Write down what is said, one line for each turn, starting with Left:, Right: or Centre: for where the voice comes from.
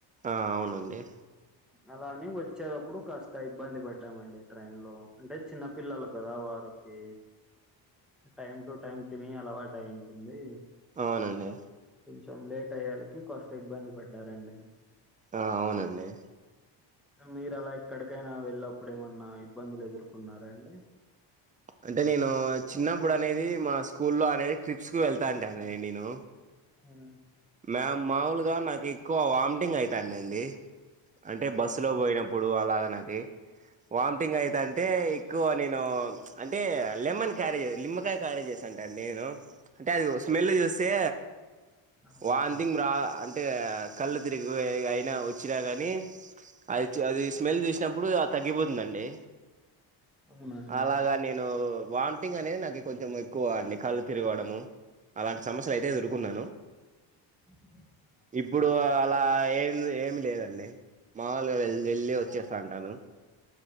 Right: ఆ అవునండి
Centre: అలాని వచ్చేటప్పుడు కాస్త ఇబ్బంది పడ్డామండి ట్రైన్ లో అంటే చిన్న పిల్లలు కదా వారికి టైమ్ టు టైమ్ తిని అలవాటు అయింటుంది
Right: అవునండి
Centre: కొంచెం లేట్ అయ్యాలికి కొస్త ఇబ్బంది పడ్డారండి
Right: అవునండి
Centre: మీరు అలా ఎక్కడికైనా వెళ్ళప్పుడు ఏమన్నా ఇబ్బందులు ఎదుర్కొన్నారా అండి
Right: అంటే నేను చిన్నప్పుడు అనేది మా స్కూల్ లో అనేది ట్రిప్స్ కు వెళ్తా అంట అండి నేను
Centre: ఉ
Right: మా మాములుగా నాకు ఎక్కువ వామిటింగ్ అవుతాండండి అంటే బస్సు లో పోయిన అప్పుడు అలాగా నాకి వామిటింగ్ అయితంటే ఎక్కువ నేను అంటే లెమన్ క్యారేజ్ లిమ్ కా క్యారీ చేస్తాంటి అండి నేను అంటే అది స్మెల్ చూస్తే
Centre: అవునండి
Right: వాంతింగ్ రా అంటే కళ్ళు తిరిగి అయినా వచ్చినా కానీ అది చు అది స్మెల్ చూసినప్పుడు తగ్గిపోతుందండి
Centre: అవునా అండి
Right: అలాగా నే ను వామిటింగ్ అనేది నాకు కొంచెం ఎక్కువ అండి కళ్ళు తిరగడము అలాంటి సమస్యలు అయితే ఎదుర్కొన్నాను
Centre: ఇ
Right: ఇప్పుడు అలా ఏం ఏమి లేదండి మాములుగా వె వెళ్ళి వచ్చేస్తంటాను